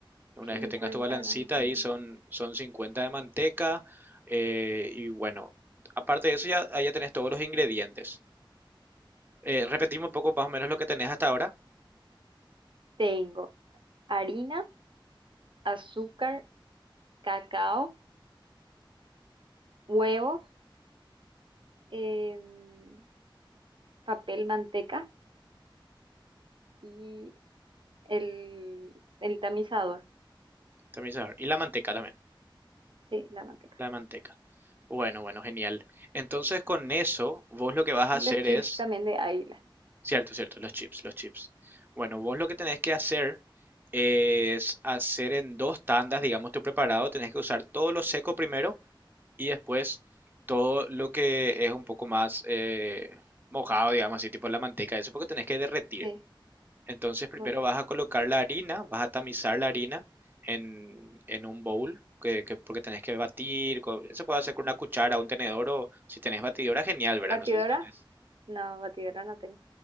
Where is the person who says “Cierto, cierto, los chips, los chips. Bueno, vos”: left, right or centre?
Right